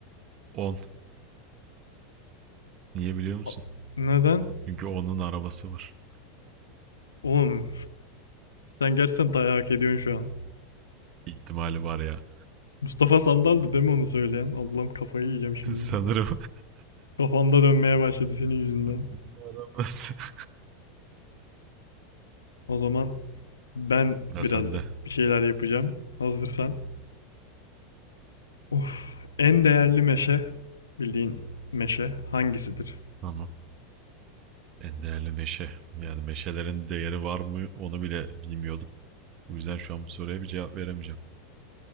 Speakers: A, on the right; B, on the left.
A: 10. Niye biliyor musun?
B: A- Neden?
A: Çünkü onun arabası var.
B: Oğlum sen gerçekten dayak ediyorsun şu an.
A: İhtimali var ya.
B: Mustafa Sandal'dı değil mi onu söyleyen? Allah'ım kafayı yiyeceğim şimdi.
A: <laughs> Sanırım.
B: Kafamda dönmeye başladı senin yüzünden.
A: <laughs> Onun arabası. <laughs>
B: O zaman ben
A: Ya
B: birazcık
A: sende.
B: bir şeyler yapacağım. Hazırsan. Of, en değerli meşe, bildiğin meşe hangisidir?
A: Tamam. En değerli meşe. Yani meşelerin değeri var mı onu bile bilmiyordum. Bu yüzden şu an bu soruya bir cevap veremeyeceğim.